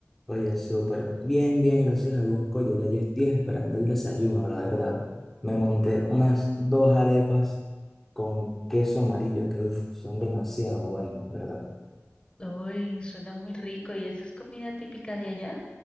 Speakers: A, in the centre; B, on the left.
A: Oye, súper bien, bien, gracias a Dios. Oye, ya yo estoy esperando el desayuno, la verdad. Me monté unas dos arepas con queso amarillo que uf, son demasiado buenas, la verdad.
B: Uy, suena muy rico. ¿Y esa es comida típica de allá?